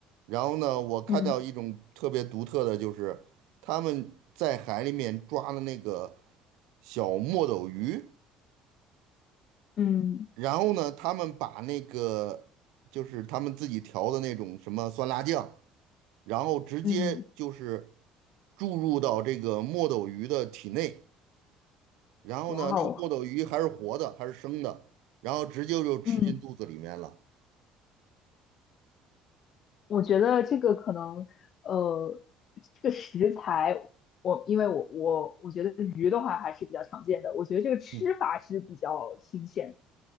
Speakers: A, on the right; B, on the left.
A: 然后呢，我看到一种特别独特的就是他们在海里面抓的那个
B: 嗯
A: 小墨斗鱼，
B: 嗯
A: 然后呢，他们把那个就是他们自己调的那种什么酸辣酱。然后直接就是
B: 嗯，
A: 注入到这个墨斗鱼的体内，然后呢，
B: 哇哦，
A: 那个墨斗鱼还是活的，还是生的，然后直接就吃进肚子里面了。
B: 嗯，我觉得这个可能，呃，这个食材，我因为我我我觉得鱼的话还是比较常见的，我觉得这个吃法是比较新鲜。
A: 嗯，